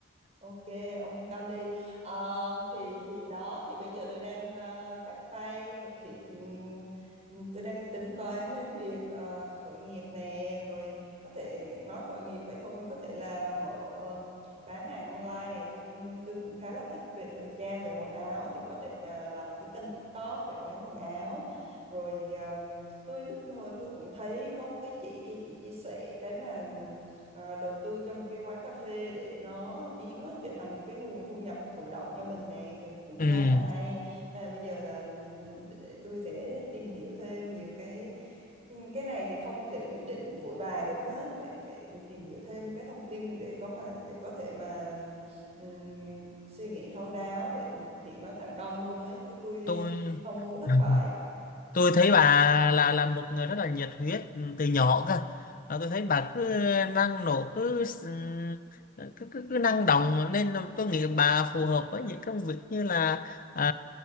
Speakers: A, on the right (about 30°); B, on the left (about 40°).
A: Ok, ông yên tâm đi. À, thì thì đó thì bây giờ tôi đang à, bắt tay thực hiện ừm, tôi đang tính toán đến việc à, khởi nghiệp nè, rồi có thể nói khởi nghiệp vậy thôi, mà có thể là mở ừm, bán hàng online nè, tôi ừm, tôi cũng khá là thích về thời trang về quần áo thì có thể à, làm một cái kênh TikTok để bán quần áo. Rồi ừm, tôi lúc hồi tôi cũng thấy có một cái chị kia chị chia sẻ cái mà ờ, đầu tư trong một cái quán cà phê để nó biến nó trở thành một cái nguồn thu nhập thụ động cho mình nè thì cũng
B: Ừm,
A: khá là hay à, bây giờ là ừ, để tôi sẽ tìm hiểu thêm nhiều cái ừ, cái này thì không thể quyết định vội vàng được á phải phải tìm hiểu thêm cái thông tin để có mà để có thể mà ừm, suy nghĩ thấu đáo để thực hiện nó thành công luôn ấy chứ tôi
B: tôi
A: không muốn thất
B: <laughs>
A: bại
B: tôi thấy bà là là một người rất là nhiệt huyết từ nhỏ cơ Và tôi thấy bà cứ năng nổ cứ s- cứ cứ, cứ năng động nên là tôi nghĩ bà phù hợp với những công việc như là à,